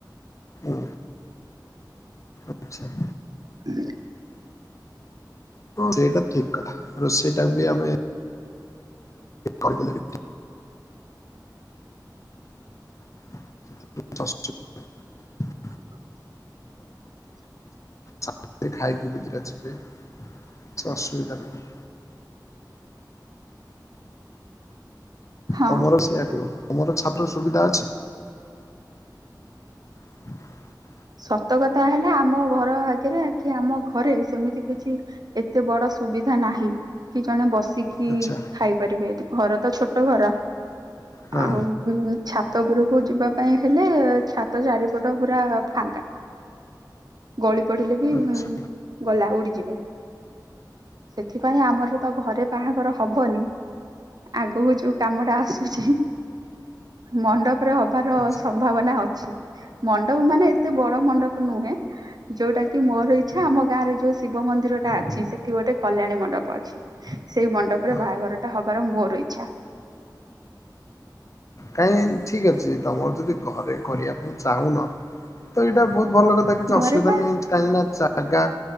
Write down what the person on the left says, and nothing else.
ହୁଁ, ଆଛା।
ସେଇଟା ଠିକ କଥା, ରୋଷେଇ ଟା ବି ଆମେ କରିଦେଲେ ବି <unintelligible>
ସମସ୍ତେ ଖାଇପିଇକିନା ଯିବେ, କିଛି ଅସୁବିଧା ନାହିଁ।
ତମର ସେଇଆ <unintelligible> ତମର ଛାତରେ ସୁବିଧା ଅଛି? <unintelligible>
ଆଚ୍ଛା
ହଁ
ଆଚ୍ଛା
ଆଚ୍ଛା
ହଁ
କାଇଁ ଠିକ ଅଛି, ତମର ଯଦି ଘରେ କରିବା ପାଇଁ ଚାହୁଁନ ତ ଏଇଟା ବହୁତ ଭଲ କଥା, କିଛି
ଅସୁବିଧା
ନାହିଁ। କାହିଁକି ନା ଜାଗା